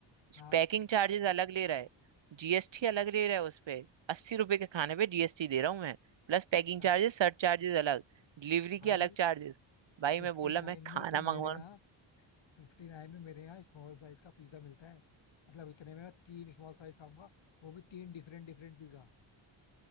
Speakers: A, on the left (about 70°); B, on the right (about 70°).
A: हाँ
B: पैकिंग चार्जेस अलग ले रहा है जीएसटी अलग ले रहा है उस पे अस्सी रुपए के खाने पे जीएसटी दे रहा हूँ मैं Plus packing
A: जा-
B: charges surge charges अलग डिलीवरी
A: भाई
B: के अलग चार्जेस भाई
A: फिफ्टी
B: मैं बोला
A: नाइन
B: मैं खाना
A: में तो मेरे
B: मंगवा
A: यहाँ फिफ्टी नाइन में मेरे यहाँ स्मॉल साइज का पिज्जा मिलता है मतलब इतने में मैं तीन स्मॉल साइज खाऊंगा वो भी तीन डिफरेंट डिफरेंट पिज्जा